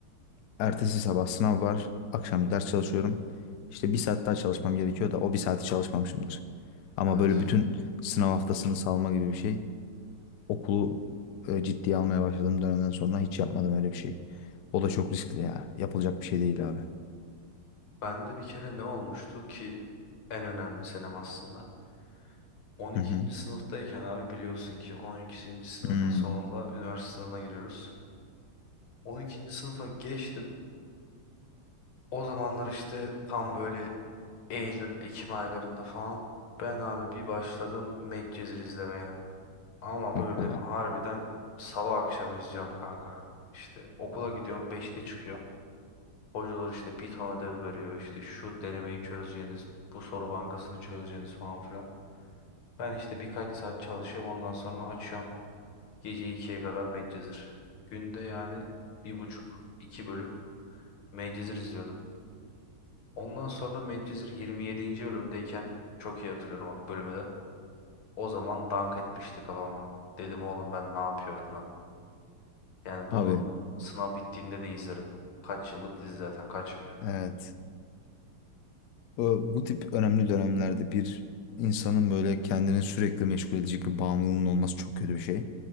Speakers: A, on the left; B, on the left.
A: ertesi sabah sınav var, akşam ders çalışıyorum. İşte bir saat daha çalışmam gerekiyor da o bir saati çalışmamışımdır. Ama
B: Evet.
A: böyle bütün sınav haftasını salma gibi bir şey okulu e, ciddiye almaya başladığım dönemden sonra hiç yapmadım öyle bir şey. O da çok riskli ya. Yapılacak bir şey değil abi.
B: Ben de bir kere ne olmuştu ki en önemli senem aslında. 12.
A: Hı hı.
B: sınıftayken abi biliyorsun ki 12. sınıfın
A: Hmm,
B: sonunda üniversite sınavına giriyoruz. 12. sınıfa geçtim. O zamanlar işte tam böyle Eylül, Ekim aylarında falan ben abi bir başladım Medcezir izlemeye. Ama
A: hoppala.
B: böyle harbiden sabah akşam izliyorum kanka. İşte okula gidiyorum beşte çıkıyorum. Hocalar işte bir ton ödev veriyor işte şu denemeyi çözeceğiniz, bu soru bankasını çözeceğiniz falan filan. Ben işte birkaç saat çalışıyorum ondan sonra açıyorum. Gece ikiye kadar Medcezir. Günde yani bir buçuk iki bölüm Medcezir izliyordum. Ondan sonra Medcezir 27. bölümdeyken çok iyi hatırlıyorum bak bölümü de. O zaman dank etmişti kafama. Dedim oğlum ben ne yapıyorum lan. Yani bunu
A: Abi
B: sınav bittiğinde de izlerim. Kaç yıllık dizi zaten kaçmıyor.
A: evet. Bu, bu tip önemli dönemlerde bir insanın böyle kendini sürekli meşgul edecek bir bağımlılığının olması çok kötü bir şey.